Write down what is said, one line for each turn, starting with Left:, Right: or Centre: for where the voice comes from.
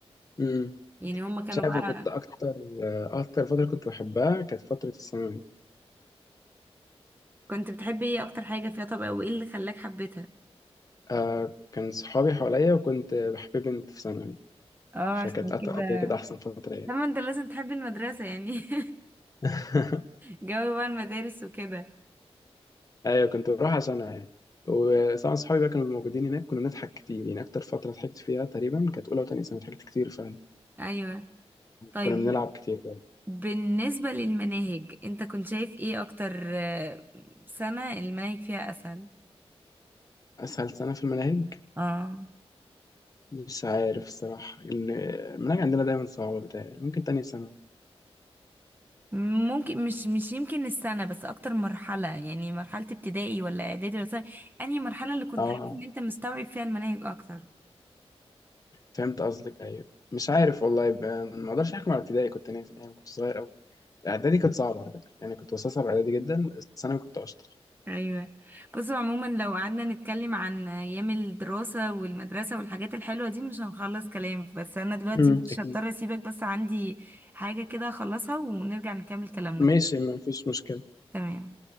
Left: مم.
Right: يعني هما كانوا
Left: مش عارف
Right: بقى
Left: انا كنت اكتر اكتر فتره كنت بحبها كانت فتره الثانوي
Right: كنت بتحبي ايه اكتر حاجة فيها طب او ايه اللي خلاك حبيتها
Left: آه كان صحابي حواليا وكنت بحب بنت في ثانوي
Right: اه
Left: فكانت
Right: عشان
Left: أط-
Right: كده
Left: كده كده أحسن فترة يعني
Right: طبعا انت لازم تحبي المدرسة يعني <laughs>
Left: <laughs>
Right: جو بقى المدارس وكده
Left: أيوة كنت بروح عشانها يعني وطبعا صحابي بقى كانوا موجودين هناك كنا بنضحك كتير يعني أكتر فترة ضحكت فيها تقريبا كانت أولى وتانية سنة ضحكت كتير فعلا
Right: ايوه طيب
Left: كنا بنلعب كتير برضه
Right: بالنسبة للمناهج انت كنت شايف ايه اكتر آه، سنة المناهج فيها اسهل
Left: أسهل سنة في المناهج
Right: اه
Left: مش عارف الصراحة إن المناهج عندنا دايما صعبة بتاعي ممكن تانية سنة
Right: ممكن مش مش يمكن السنة بس اكتر مرحلة يعني مرحلة ابتدائي ولا اعدادي ولا ثانوي انهي مرحلة اللي كنت
Left: أه
Right: حاسس ان انت مستوعب فيها المناهج اكتر
Left: فهمت قصدك أيوة مش عارف والله يبقى ما أقدرش أحكم على ابتدائي كنت ناسي يعني كنت صغير أوي اعدادي كانت صعبه على فكره يعني كنت بستصعب اعدادي جدا الثانوي كنت اشطر
Right: ايوه بص عموما لو قعدنا نتكلم عن ايام الدراسة والمدرسة والحاجات الحلوة دي مش هنخلص كلام بس انا دلوقتي
Left: امم
Right: مش
Left: اكيد
Right: هضطر اسيبك بس عندي حاجة كده اخلصها ونرجع نكمل كلامنا تاني.
Left: ماشي ما فيش مشكله
Right: تمام